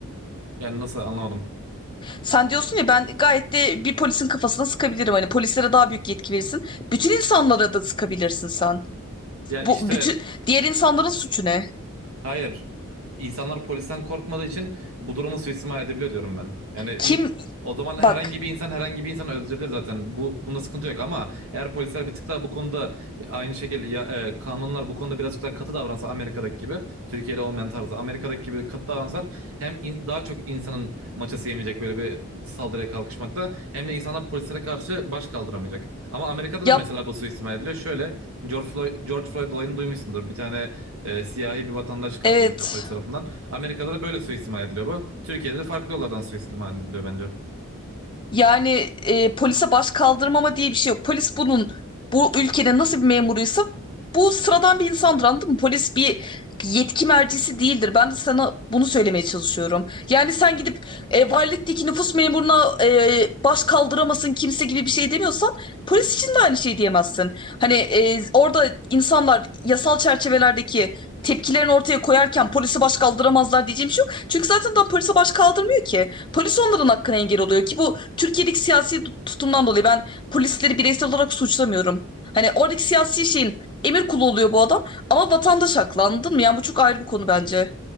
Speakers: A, on the right; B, on the left.
A: Yani nasıl anlamadım.
B: Sen diyorsun ya ben gayet de bir polisin kafasına sıkabilirim. Hani polislere daha büyük yetki verirsin. Bütün insanlara da sıkabilirsin sen.
A: Ya
B: Bu
A: işte
B: bütün diğer insanların suçu ne?
A: hayır. İnsanlar polisten korkmadığı için bu durumu suistimal edebiliyor diyorum ben. Yani in-
B: Kim
A: o zaman herhangi
B: bak
A: bir insan herhangi bir insanı öldürebilir zaten. Bu bunda sıkıntı yok ama eğer polisler bir tık daha bu konuda e, aynı şekilde ya, e, kanunlar bu konuda birazcık daha katı davransa Amerika'daki gibi Türkiye'de olmayan tarzda Amerika'daki gibi katı davransalar hem in- daha çok insanın maçası yemeyecek böyle bir saldırıya kalkışmakta hem de insanlar polislere karşı baş kaldıramayacak. Ama Amerika'da
B: yap
A: da mesela bu suistimal ediliyor. Şöyle George Floyd, George Floyd olayını duymuşsundur. Bir tane e, siyahi bir vatandaş katlediliyor
B: evet.
A: polis tarafından. Amerika'da da böyle suistimal ediliyor bu. Türkiye'de de farklı yollardan suistimal ediliyor bence.
B: Yani e, polise baş kaldırmama diye bir şey yok. Polis bunun bu ülkede nasıl bir memuruysa bu sıradan bir insandır anladın mı? Polis bir yetki mercisi değildir. Ben de sana bunu söylemeye çalışıyorum. Yani sen gidip e, valilikteki nüfus memuruna e, baş kaldıramasın kimse gibi bir şey demiyorsan polis için de aynı şey diyemezsin. Hani e, orada insanlar yasal çerçevelerdeki tepkilerini ortaya koyarken polise baş kaldıramazlar diyeceğim bir şey yok. Çünkü zaten daha polise baş kaldırmıyor ki. Polis onların hakkına engel oluyor ki bu Türkiye'deki siyasi tutumdan dolayı ben polisleri bireysel olarak suçlamıyorum. Hani oradaki siyasi şeyin emir kulu oluyor bu adam ama vatandaş haklı anladın mı? Yani bu çok ayrı bir konu bence.